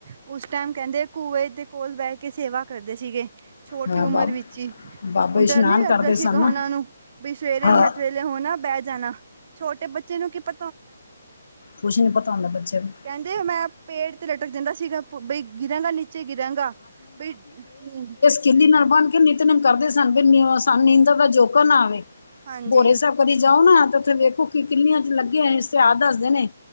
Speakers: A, on the right; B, on the left.
A: ਉਸ ਟਾਈਮ ਕਹਿੰਦੇ ਕੁੂਏ ਦੇ ਕੋਲ ਬਹਿਕੇ ਸੇਵਾ ਕਰਦੇ ਸੀਗੇ। ਛੋਟੀ
B: ਹਾਂ
A: ਉਮਰ
B: ਬਾਬ
A: ਵਿੱਚ ਹੀ,
B: ਬਾਬਾ
A: ਉਨ
B: ਜੀ ਇਸ਼ਨਾਨ
A: ਡਰ ਨਹੀਂ ਲੱਗਦਾ
B: ਕਰਦੇ
A: ਸੀਗਾ
B: ਸਨ
A: ਉਹਨਾਂ
B: ਨਾ
A: ਨੂੰ ਬਈ ਸਵੇਰੇ
B: ਹਾਂ
A: - ਤਵੇਲੇ ਹੋਣਾ ਬਹਿ ਜਾਣਾ, ਛੋਟੇ ਬੱਚੇ ਨੂੰ ਕੀ ਪ
B: ਕੁਛ ਨੀ ਪਤਾ ਹੁੰਦਾ, ਬੱਚਿਆਂ ਨੂੰ।
A: ਕਹਿੰਦੇ ਮੈਂ ਪੇੜ ਤੇ ਲਟਕ ਜਾਂਦਾ ਸੀਗਾ, ਬਈ ਗਿਰਾਂਗਾ ਨੀ ਚੇ ਗਿਰਾਂਗਾ ਬਈ, ਨੀਂਦ
B: ਚਿੱਲੀ ਨਾਲ ਬੰਨਕੇ ਨਿੱਤਨੇਮ ਕਰਦੇ ਸਨ, ਵੀ ਸੂੰ ਨੀਂਦਰ ਦਾ ਝੋਕਾ ਨਾ ਆਵੇ
A: ਹਾਂਜੀ
B: ਭੋਰੇ ਸਾਹਿਬ ਕਦੀ ਜਾਓ ਨਾ, ਤੇ ਉੱਥੇ ਵੇਖੋ ਕਿ ਕਿੰਨੀਂਆਂ'ਚ ਲੱਗੇ ਹੋਏ, ਸੀਹਾਤ ਦੱਸਦੇ ਨੇ।